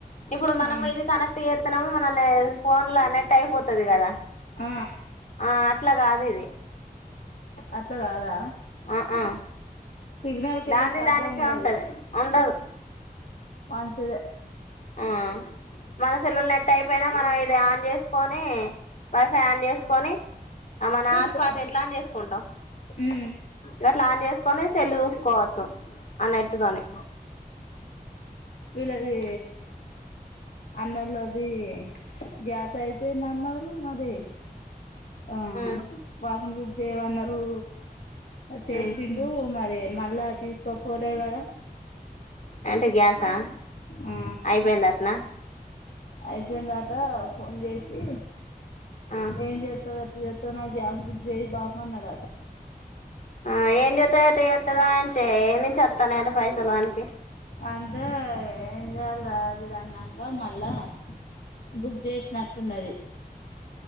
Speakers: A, on the left; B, on the left.
A: ఇప్పుడు మనం
B: ఆ
A: ఇది కనెక్ట్ చే మనని ఫోన్ లో నెట్ అయిపోతుది కదా
B: ఆ
A: ఆ అట్లా కాదు ఇది
B: అట్ల కాదా
A: ఆ ఆ
B: సిగ్నల్ కే
A: దాంది
B: ఏం ప్రాబ్లం
A: దానికే
B: ఉండది
A: ఉంటది ఉండదు
B: మంచిదే
A: ఆ మన సేల్లులు నెట్ అయిపోయిన మనం ఇది ఆన్ చేసుకొని వైఫై ఆన్ చేసుకొని అ మన
B: పెట్టుకోవచ్చు
A: హాట్స్పాట్ ఎట్లా ఆన్ చేసుకుంటాం
B: ఉమ్
A: గట్లా ఆన్ చేసుకు కొని సెల్ చూసుకోవచ్చు ఆ నెట్ తోనే
B: వీళ్ళది అన్నోళ్లది గ్యాస్ అయిపోయింది అన్నారు మరి ఆ
A: ఉమ్
B: బాబుని బుక్ చేయమన్నారు చేసిండు
A: ఉమ్
B: మరి మళ్ళా తీసుకు గొప్పోలేకదా
A: ఎంటి గ్యాస్ ఆ
B: ఆ
A: ఐపోయిందట్న
B: అయిపోయిందట ఫోన్ చేసి
A: ఆ
B: ఏం చేతది ఎట్లా చేతది ఇదో నాకు గ్యాస్ బుక్ చెయ్ బాబు అన్నాడంట
A: ఆ ఏం చేస్తాడంట ఎట్ల చేస్తాడంట అంటే ఏ నుంచి వస్తాయంట పైసలు వాననికి
B: అంటే ఏం చేయాలి రా అది ఇది అన్నంకా మళ్ళా బుక్ చేసినట్టున్నది